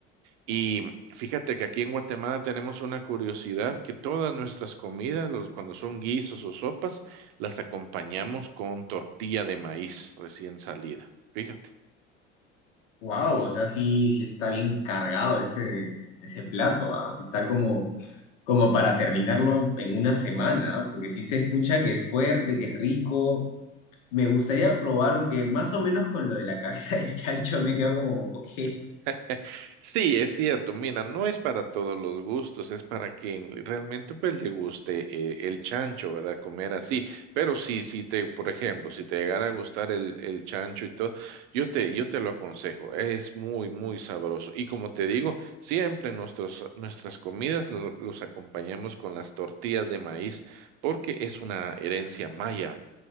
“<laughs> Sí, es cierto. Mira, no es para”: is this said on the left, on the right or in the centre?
Right